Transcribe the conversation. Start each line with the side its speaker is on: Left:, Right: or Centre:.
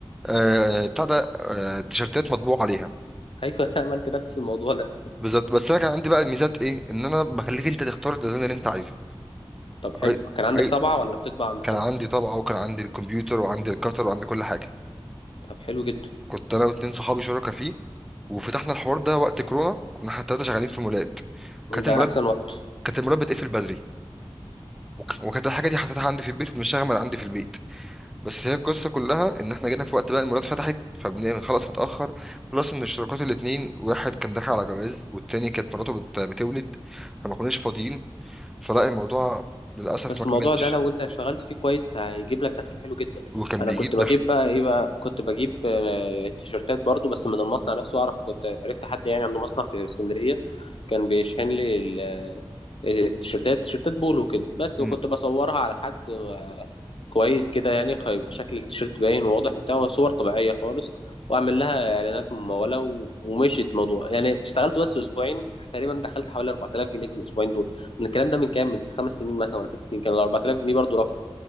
Centre: آه بتاع ده آه تيشرتات مطبوع عليها
Left: <laughs> ايوه انا عملت نفس الموضوع ده
Centre: بالظبط بس انا كان عندي بقى الميزات ايه ان انا بخليك انت تختار الديزاين اللي انت عايزه
Left: طب حلو
Centre: اي
Left: كان عندك
Centre: اي
Left: طبعة ولا بتطبع عند
Centre: كان
Left: حد
Centre: عندي طبعه وكان عندي الكمبيوتر وعندي الكتر وعندي كل حاجه
Left: طب حلو جدا
Centre: كنت انا واتنين صحابي شركاء فيه وفتحنا الحوار ده وقت كورونا كنا احنا التلاته شغالين في مولات كانت
Left: ده
Centre: المولات
Left: احسن وقت
Centre: كانت المولات بتقفل بدري وك- وكانت الحاجه دي حطيتها عندي في البيت وبنشتغل من عندي في البيت بس هي القصه كلها ان احنا جينا في وقت بقى المولات فتحت فبنخلص متاخر بلس ان الشركات الاتنين واحد كان داخل على جواز والتاني كانت مراته بت... بتولد فما كناش فاضيين فلا الموضوع للأسف
Left: بس
Centre: ما كملش
Left: الموضوع ده لو انت اشتغلت فيه كويس هيجيب لك دخل حلو جدا
Centre: وكان
Left: انا
Centre: بيجيب
Left: كنت
Centre: دخل
Left: بجيب بقى ايه بقى كنت بجيب آه، تيشرتات برضو بس من المصنع نفسه اعرف كنت عرفت حد يعني عنده مصنع في اسكندرية كان بيشحن لي ال- آه، التيشرتات تيشرتات بولو كده بس
Centre: مم.
Left: وكنت بصورها على حد آه، كويس كده يعني هيبقى شكل التيشرت باين وواضح وبتاع صور طبيعية خالص واعمل لها اعلانات ممولة و- ومشي الموضوع يعني اشتغلت بس اسبوعين تقريبا دخلت حوالي 4000 جنيه في الاسبوعين دول الكلام ده من كام من خمس سنين مثلا ولا ست سنين كان ال 4000 جنيه برضو رقم